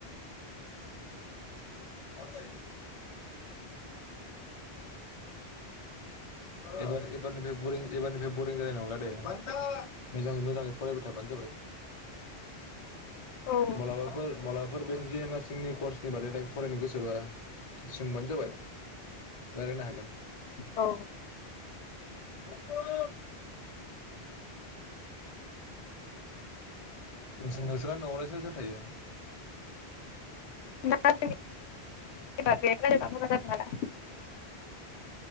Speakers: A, on the left (about 35°); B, on the left (about 80°).
A: <inaudible> <unintelligible> एबार एबारनिफ्राय बरिं एबारनिफ्राय बरिं जानाय नंला दे मोजाङै मोजाङै फरायबाय थाबानो जाबाय।
B: औ
A: मालाबाफोर मालाबाफोर बे जे नारसिंनि कर्स‌ फैबा दायै फरायनो गोसोबा बुंबानो जाबाय। रायलायनो हागोन।
B: औ
A: <unintelligible> नों नोंसोरना न'आवलाय सोर सोर थायो?
B: <unintelligible>